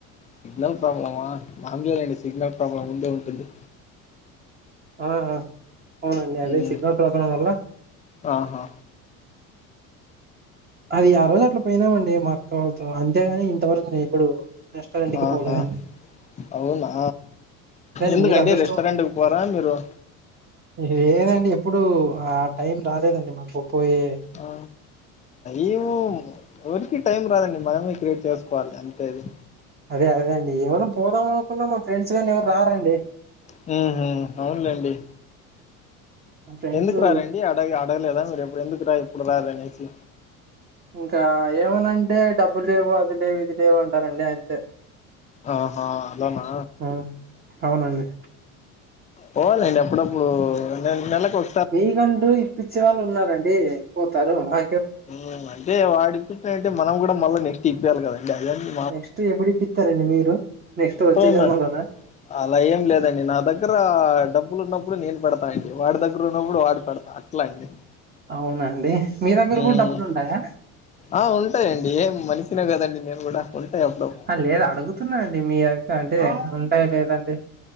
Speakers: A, on the left (about 20°); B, on the right (about 25°).
A: సిగ్నల్ ప్రాబ్లమ్మా మాంగ్లేనండి <unintelligible> సిగ్నల్ ప్రాబ్లమ్ ఉందే ఉంటుంది
B: ఆహా అవునండి అదే
A: ఉమ్
B: సిగ్నల్ ప్రభావం వల్ల
A: ఆహా
B: అది ఆ రోజు అట్లా పోయినామండి మా అక్క వాళ్ళతో అంతేగాని ఇంతవరకు నేను ఎప్పుడు రెస్టారెంట్ కి
A: ఆహా
B: పోలేదండి
A: అవునా
B: లేండి
A: ఎందుకండి
B: మీరు అదృష్టం
A: రెస్టారెంట్కి పోరా మీరు
B: లేదండి ఎప్పుడు ఆ టైం రాలేదండి మాకు పో యే
A: ఆ ఏమో ఎవరికి టైం రాదండి మనమే క్రియేట్ చేసుకోవాలి అంతే అది
B: అదే అదే అండి ఏమైన్నా పోదాం అనుకున్నా మా ఫ్రెండ్స్ గానీ ఎవరు రారండి
A: హు హామ్ అవునులేండి
B: మా ఫ్రెండ్స్
A: ఎందుకు రారండి అ అడగలేదా మరి ఎప్పుడు ఎందుకు రా ఇప్పుడు రారనేసి
B: ఇంకా ఏమనంటే డబ్బు లేవు అది లేవు ఇది లేవు అంటారండి అంతే
A: ఆహా అలానా
B: ఆ అవునండి
A: పోవాలండి అప్పుడప్పుడు న నెలకు వ
B: మీకంటూ ఇప్పిచ్చే వాళ్ళు ఉన్నారండి పోతారు మా
A: ఉం అంటే వాడు ఇప్పుతుంటే మనం కూడా మళ్ళీ నెక్స్ట్ ఇప్పియాలి కదండి ఆయన్ని
B: నెక్స్ట్ ఎప్పుడూ ఇప్పిస్తారండి మీరు నెక్స్ట్
A: ఎప్పుడైనా
B: వచ్చే జన్మలోన
A: అలా ఏం లేదండి నా దగ్గర డబ్బులు ఉన్నప్పుడు నేను పెడతా అండి వాడి దగ్గర ఉన్నప్పుడు వాడు పెడతా అట్లా అండి
B: అవునండి మీ దగ్గర
A: హ్మ్
B: కూడా డబ్బులు ఉంటాయా
A: ఆ ఉంటాయండి ఏం మనిషినే కదండి నేను కూడా ఉంటాయి అప్పుడు
B: ఆ లేదు అడుగుతున్నానండి మీ యొక్క అంటే ఉంటాయి లేదండి